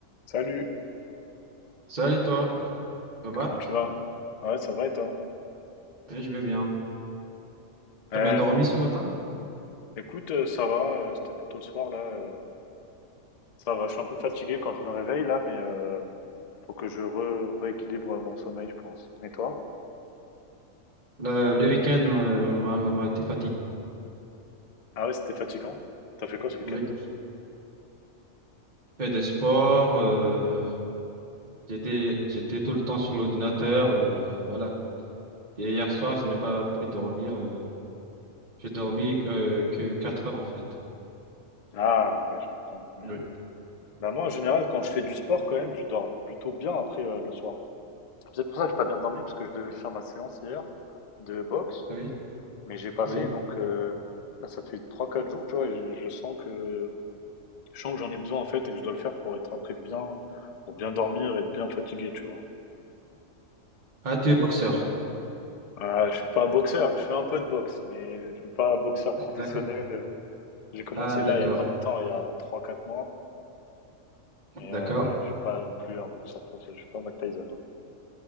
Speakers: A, on the left; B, on the right.
A: Salut,
B: Salut toi, ça
A: comment
B: va?
A: tu vas? Ouais, ça va et toi?
B: Oui, je vais bien. T'as
A: Euh,
B: bien dormi ce matin?
A: écoute, euh, ça va, euh, c'était plutôt le soir là. euh, ça va, je suis un peu fatigué quand je me réveille là, mais euh, faut que je re- rééquilibre mon sommeil, je pense. Et toi?
B: Le, le week-end m'a m'a- m'a été fatigué.
A: Ah ouais, c'était fatigant. T'as fait quoi ce week-end?
B: Oui, je fais des sports, euh, j'étais j'étais tout le temps sur l'ordinateur, euh, voilà. Et hier soir, je n'ai pas pu dormir. euh, j'ai dormi euh, que 4 heures en fait.
A: Ah ouais, je comprends. ouais,
B: Oui.
A: ouais. Bah moi, en général, quand je fais du sport, quand même, je dors plutôt bien après euh, le soir. C'est peut-être pour ça que j'ai pas bien dormi, parce que je devais faire ma séance hier de boxe,
B: Oui,
A: mais j'ai pas
B: oui.
A: fait. Donc euh, là, ça fait trois quatre jours, tu vois, et je, je sens que je sens que j'en ai besoin en fait et que je dois le faire pour être après bien, pour bien dormir et être bien fatigué, tu vois.
B: Ah, tu es boxeur.
A: Euh, je suis pas boxeur, je fais un peu de boxe, mais je suis pas boxeur professionnel.
B: D'accord.
A: J'ai commencé
B: Ah, d'accord,
A: là il y a pas longtemps, il y a trois quatre mois, mais
B: d'accord.
A: euh, ouais, je suis pas non plus un boxeur professionnel, je suis pas Mike Tyson. hein.